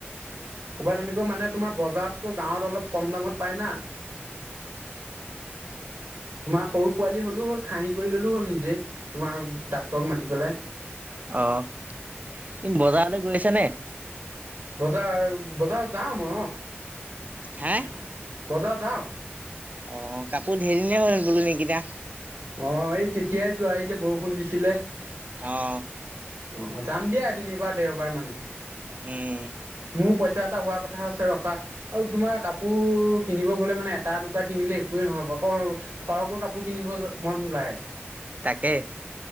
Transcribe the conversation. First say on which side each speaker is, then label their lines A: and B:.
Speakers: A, on the right (about 70°); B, on the right (about 35°).
A: ক'ৰবাত তেনেকৈ মানে তোমাৰ বজাৰতকৈ গাঁৱত অলপ কম দামত পায় না। <unintelligible> তোমাৰ সৰু পোৱালি হ'লো হ'ল খাঁহি কৰি ললোঁ হ'ল নিজে তোমাৰ ডাক্তৰক মাতি পেলাই।
B: অঁ কি বজাৰলৈ গৈছে নে?
A: বজাৰ বজাৰ যাওঁ অ মই
B: হা?
A: বজাৰ যাওঁ।
B: অঁ কাপোৰ ধেৰি নে হৈল গলো নীকিনা।
A: অঁ এই তেতিয়াইতো আহি যে বৰষুণ দিছিলে।
B: অঁ।
A: অঁ যাম দিয়া এদিন এইবাৰ দেওবাৰ মানে
B: উম,
A: মোৰ পইচা এটা হোৱা কথা- কথা আছে ৰখা। আৰু তোমাৰ কাপোৰ কিনিব গলে মানে এটা দুটা কিনিলে একোৱেই নহব আক- সৰহকৈ কাপোৰ কিনিব মন যায়।
B: তাকে।